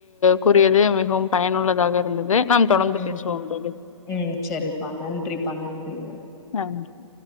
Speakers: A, on the left; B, on the left.
A: கூறியது மிகவும் பயனுள்ளதாக இருந்தது நாம் தொடர்ந்து
B: ம்
A: பேசுவோ தோழி
B: ம் சரிப்பா நன்றிப்பா நன்றி நன்றி
A: நன்றி